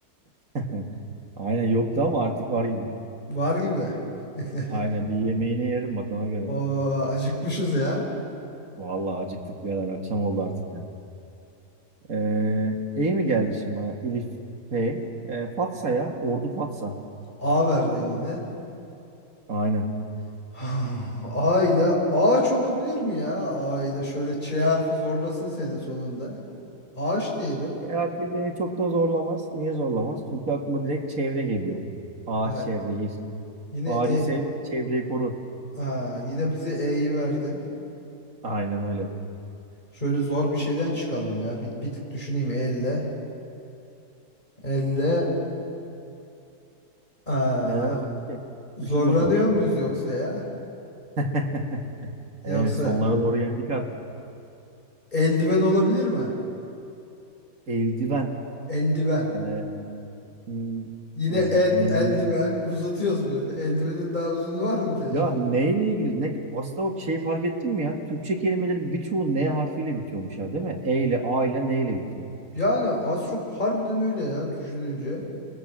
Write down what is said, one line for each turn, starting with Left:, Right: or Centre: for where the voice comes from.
Right: <laughs> Aynen yoktu ama artık var gibi.
Left: Var gibi. <laughs>
Right: Aynen bir yemeğini yerim bak ona göre.
Left: Oo acıkmışız ya.
Right: Vallahi acıktık birader akşam oldu artık ya. Ee, E mi geldi şimdi bana? Elif F. Ee, Fatsa ya. Ordu Fatsa.
Left: A verdin yine.
Right: Aynen.
Left: <sighs> Aile ağaç olabilir mi ya? Aile şöyle Ç harfi zorlasın senin sonunda. Ağaç diyelim.
Right: E artık beni çok da zorlamaz. Niye zorlamaz? Çünkü aklıma direkt çevre geliyor. Ağaç
Left: Ha,
Right: çevre yeşil.
Left: yine
Right: Ağacı
Left: e
Right: sev, çevreyi koru.
Left: ha, yine bize E'yi verdin.
Right: Aynen öyle.
Left: Şöyle zor bir şeyden çıkalım ya. Bir, bir tık düşüneyim elle. Elle aa,
Right: Neler vardı ki?
Left: zorlanıyor
Right: Düşün bakalım.
Left: muyuz yoksa ya?
Right: <laughs>
Left: Yoksa
Right: Ee, sonlara doğru geldik artık.
Left: eldiven olabilir mi?
Right: Eldiven.
Left: Eldiven.
Right: Ee, hmm,
Left: Yine
Right: evet.
Left: el
Right: Menü
Left: eldiven <laughs> uzatıyoruz böyle. Eldivenin daha uzun var mı ki acaba?
Right: Ya neyle ilgili? Ne, aslında o şey fark ettin mi ya? Türkçe kelimelerin birçoğu N harfiyle bitiyormuş ya değil mi? E ile, A ile, N ile bitiyor.
Left: Yani az çok harbiden öyle ya düşününce.